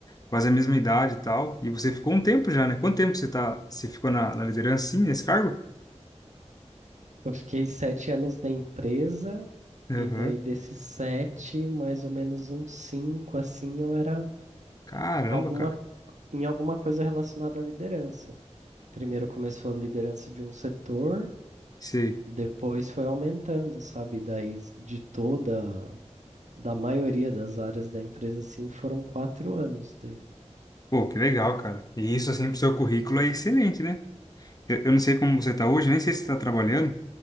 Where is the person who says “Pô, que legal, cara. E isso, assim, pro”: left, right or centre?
Left